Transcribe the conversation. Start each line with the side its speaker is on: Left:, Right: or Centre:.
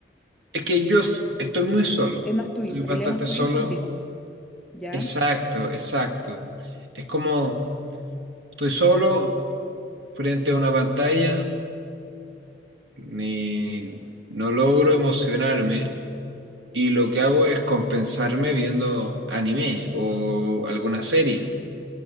Right: Es que yo s- estoy muy solo.
Centre: Es más tuyo,
Right: Estoy
Centre: problemas
Right: bastante
Centre: tuyos
Right: solo.
Centre: contigo, ¿ya?
Right: Exacto, exacto. Es como estoy solo frente a una pantalla, ni- no logro emocionarme y lo que hago es compensarme viendo anime o alguna serie,